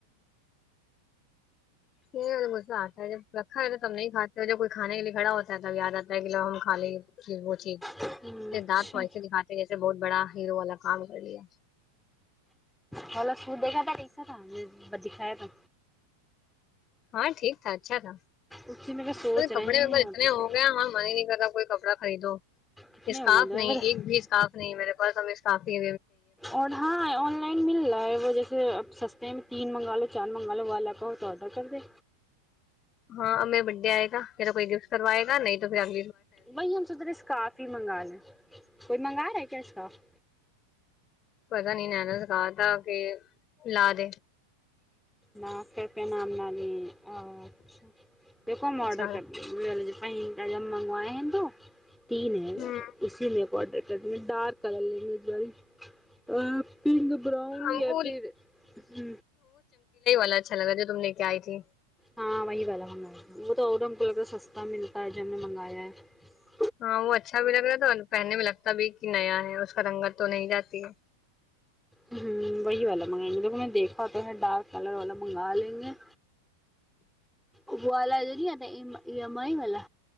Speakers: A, on the left; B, in the centre.
A: نہیں غصہ آتا ہے جب رکھا ہو تو ہے تب نہیں کھاتے جب کوئی کھانے کے لیے کھڑا ہوتا ہے تب یاد آتا ہے کہو ہم کھا لیز وہ چیز
B: گئے اچھا
A: دانت تو ایسے دکھاتے جیسے بہت بڑا ہیرو والا کام کر لیا
B: ک سو دیکھا تھا کہیسا تھا ب دکھا ہے تھا
A: ہاں ٹھیک تھا اچھا تھا
B: اسی میں سوچ
A: ارے
B: رہے
A: کپڑے
B: ہیں
A: و اتنے
B: آڈر
A: ہو
B: کا
A: گئے ہم من ہی نہیں کرتا کوئی کپڑا خئی دو
B: کتنے
A: اسکاف
B: ہو گئے دو
A: نہیں
B: بتا
A: ایک بھی اسکاف نہیں میرے پ ہم سافھی
B: اور ہاں آن لائن مل رہا ہے وجیسے اپ سستے میں تین منگا لو چار منگوا لو وہا کا ہو تو آڈر کر دیں
A: ہاںیر بڈے آئے گ پیرا کوئی گفٹ کروائے گ نہیں تو پھر آگ
B: وہی ہم سدرے اسکاف ہی منگا لے کوئی منگا رہا ہے کیا اسکاف
A: پتا نہیں نا سکھا تھا کہ لا د
B: ن کر پہ نام نہ لی ا دیکھو ہم
A: اچھا
B: آڈر کر لے پہ کا جم منگوائ تو تین ہےار
A: ہوں
B: اسی میں یں ڈارک کلر لیں گے ایک ب پنک براؤن
A: ہم
B: یا
A: کو
B: پھر ہ
A: اچا لگا کیا آئی تھی
B: ہاں وہی والا ہونا وہ تو اورنگ کو ل کا سستا ملتا ہے ج ہم نے منگایا ہے
A: ہاں وہ اچھا بھی لگ رہا تھا پہننے میں لگتا بھی کہ نیا ہے اس کا رنگت تو نہیں جاتی ہے
B: ہ وہی والا منگائیں گے م لے میں نے دیکھا ہوتا ہے ڈارک کلر ول مگ آالیں ابوالا جو نہیںیا ای ایم آئی والا